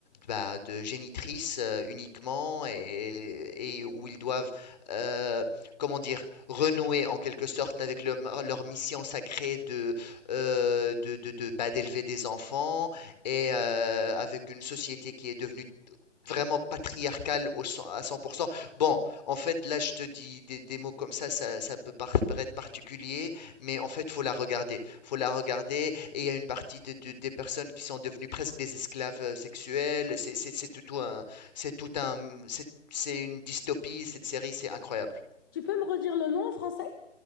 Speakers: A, on the left; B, on the left.
A: bah, de génitrice euh, uniquement et, et où ils doivent, euh, comment dire, renouer en quelque sorte avec le- leur mission sacrée de, euh, de, de- de- bah, d'élever des enfants et euh, avec une société qui est devenue vraiment patriarcale au cent- à 100%. Bon, en fait, là, je te dis des, des mots comme ça, ça, ça peut par- paraître particulier, mais en fait, faut la regarder. Faut la regarder, et il y a une partie de, de- des personnes qui sont devenues presque des esclaves euh, sexuels. C'est c'est- c'est tout un, c'est tout un, c'est c'est une dystopie, cette série, c'est incroyable.
B: Tu peux me redire le nom en français?